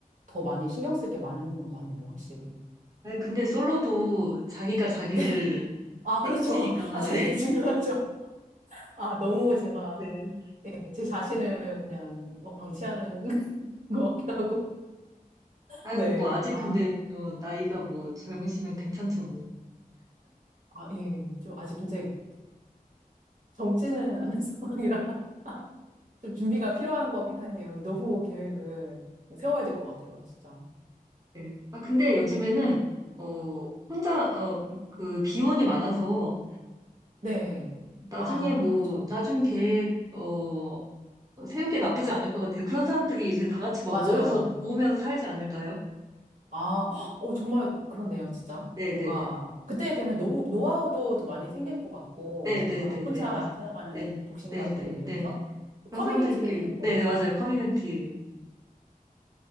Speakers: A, on the right (about 60°); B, on the right (about 25°).
A: 더 많이 신경 쓸 게 많은 것 같네요, 확실히.
B: 아니, 근데 솔로도 자기가 자기를
A: 네. 아,
B: 책임지니까.
A: 그렇죠. <laughs> 아, 제일
B: <laughs>
A: 중요하죠. 아, 너무 제가,
B: 네.
A: 예, 제 자신을 그냥 막 방치하는 <laughs> 것 같기도 하고.
B: 아유,
A: 네.
B: 뭐, 아직
A: 아,
B: 근데, 어, 나이가 뭐, 젊으시면 괜찮죠, 뭐.
A: 아, 예. 좀 아직 이제 젊지는 않은 <laughs> 상황이라. 좀 준비가 필요한 것 같긴 하네요. 이 노후 계획을 좀 세워야 될 것 같아요, 진짜.
B: 네. 아, 근데 요즘에는,
A: 예.
B: 어, 혼자, 어, 그, 비혼이 많아서,
A: 네.
B: 나중에
A: 아,
B: 뭐,
A: 그쵸.
B: 나중 계획, 어, 세우기 나쁘지 않을 것 같아요. 그런 사람들이 이제 다 같이 막
A: 맞아요.
B: 모여서 모으면서 살지 않을까요?
A: 아, 헉, 오, 정말 그렇네요, 진짜.
B: 네네.
A: 뭔가, 그때 되면 노후, 노하우도 더 많이 생길 것 같고,
B: 네네네네네.
A: 뭔가 혼자 살아가는
B: 네.
A: 독신
B: 네네네.
A: 가구를 위해서
B: 그런
A: 커뮤니티도
B: 사람들끼리,
A: 생길 것
B: 네네,
A: 같고.
B: 맞아요. 커뮤니티.